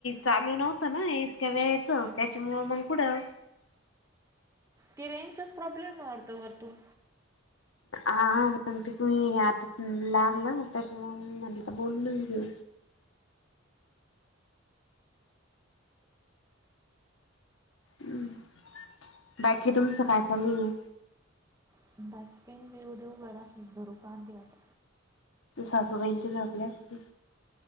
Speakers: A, on the left; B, on the right.
A: चालू नव्हतं ना इतक्या वेळेचं त्याच्यामुळे मंग पुढं
B: ती रेंजचाच प्रॉब्लेम आहे वाटतं वरतून
A: आ मग ते ती आता लागलं त्याच्यामुळे म मला तर बोलूनंच घेऊ हम् बाकी तुमचं काय चालू हाय
B: <unintelligible>
A: सासूबाई ते झोपल्या असतील